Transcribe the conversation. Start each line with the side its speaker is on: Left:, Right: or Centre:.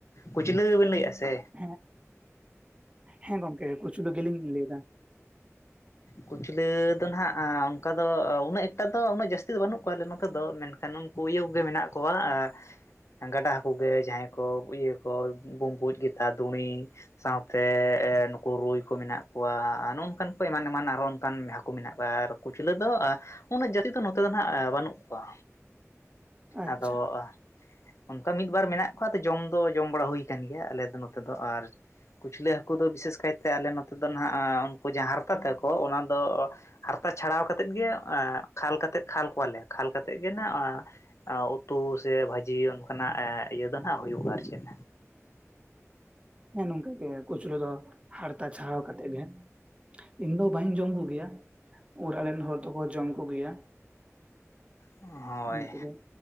Left: ᱠᱩᱪᱞᱟᱹ ᱜᱮᱵᱤᱱ ᱞᱟᱹᱭᱮᱜᱼᱟ ᱥᱮ
Right: ᱦᱮᱸ ᱦᱮᱸ ᱜᱚᱝᱠᱮ ᱠᱩᱪᱞᱟᱹ ᱜᱮᱞᱤᱧ ᱞᱟᱹᱭ ᱫᱟ᱾
Left: ᱠᱩᱪᱞᱟᱹ ᱫᱚ ᱱᱟᱦᱟᱸᱜ ᱚᱱᱠᱟ ᱫᱚ ᱩᱱᱟᱹᱜ ᱮᱠᱴᱟ ᱫᱚ ᱩᱱᱟᱹᱜ ᱡᱟᱹᱥᱛᱤ ᱫᱚ ᱵᱟᱹᱱᱩᱜ ᱠᱚᱣᱟ ᱟᱞᱮ ᱡᱠᱚ ᱫᱚ ᱢᱮᱱᱠᱷᱟᱱ ᱩᱱᱠᱩ ᱤᱭᱟᱹ ᱠᱚᱜᱮ ᱢᱮᱱᱟᱜ ᱠᱚᱣᱟ ᱮᱸ ᱜᱟᱰᱟᱸ ᱦᱟᱠᱩ ᱜᱮ ᱡᱟᱦᱟᱸᱭ ᱠᱚ ᱤᱭᱟᱹ ᱠᱚ ᱵᱩᱢᱵᱩᱡ ᱜᱮᱛᱟ ᱫᱩᱸᱲᱤ ᱥᱟᱶᱛᱮ ᱮ ᱱᱩᱠᱩ ᱨᱩᱭ ᱠᱚ ᱢᱮᱱᱟᱜ ᱠᱚᱣᱟ ᱱᱚᱝᱠᱟᱱ ᱠᱚ ᱮᱢᱟᱱᱼᱼ ᱮᱢᱟᱱ ᱟᱨᱚ ᱚᱱᱠᱟᱱ ᱦᱟᱹᱠᱩ ᱢᱮᱱᱟᱜ ᱠᱚᱣᱟ ᱟᱨ ᱠᱩᱪᱞᱟᱹ ᱫᱚ ᱩᱱᱟᱹᱜ ᱡᱟᱹᱛᱤ ᱫᱚ ᱱᱚᱛᱮ ᱫᱚ ᱵᱟᱹᱱᱩᱜ ᱠᱚᱣᱟ᱾
Right: <unintelligible> ᱟᱪᱪᱷᱟ
Left: ᱟᱫᱚᱼᱟ ᱚᱱᱠᱟ ᱢᱤᱫᱵᱟᱨ ᱢᱮᱱᱟᱜ ᱠᱚᱣᱟ ᱡᱚᱢ ᱫᱚ ᱡᱚᱢ ᱵᱟᱲᱟ ᱦᱩᱭ ᱠᱟᱱ ᱜᱮᱭᱟ ᱟᱞᱮ ᱱᱚᱛᱮ ᱫᱚ ᱟᱨ ᱠᱩᱪᱷᱞᱟᱹ ᱦᱟᱹᱠᱩ ᱫᱚ ᱵᱤᱥᱮᱥ ᱠᱟᱭᱛᱮ ᱟᱞᱮ ᱱᱚᱛᱮ ᱫᱚ ᱱᱟᱸᱜ ᱩᱱᱠᱩ ᱡᱟᱦᱟᱸ ᱦᱟᱨᱛᱟ ᱛᱟᱠᱚ ᱚᱱᱟ ᱫᱚ ᱦᱟᱨᱛᱟ ᱪᱷᱟᱲᱟᱣ ᱠᱟᱛᱮᱫ ᱜᱮ ᱮᱸ ᱠᱷᱟᱞ ᱠᱟᱛᱮᱫ ᱠᱷᱟᱞ ᱠᱚᱣᱟᱞᱮ ᱠᱷᱟᱞ ᱠᱟᱛᱮᱫ ᱜᱮ ᱱᱟᱸᱜ ᱮ ᱩᱛᱩ ᱥᱮ ᱵᱷᱟᱡᱤ ᱚᱱᱠᱟᱱᱟᱜ ᱤᱭᱟᱹ ᱫᱚ ᱱᱟᱜ ᱦᱩᱭᱩᱜᱼᱟ ᱟᱨ ᱪᱮᱫ᱾
Right: ᱦᱮᱸ ᱱᱚᱝᱠᱟ ᱜᱮ ᱠᱩᱪᱞᱟᱹ ᱫᱚ ᱦᱟᱨᱛᱟ ᱪᱷᱟᱲᱟᱣ ᱠᱟᱛᱮᱜ ᱜᱮ ᱤᱧ ᱫᱚ ᱵᱟᱹᱧ ᱡᱚᱢ ᱠᱚᱜᱮᱭᱟ ᱩᱲᱟᱜ ᱨᱮᱱ ᱦᱚᱲ ᱫᱚᱠᱚ ᱡᱚᱢ ᱠᱚᱜᱮᱭᱟ
Left: ᱦᱳᱭ
Right: ᱦᱚᱸ ᱛᱚᱵᱮ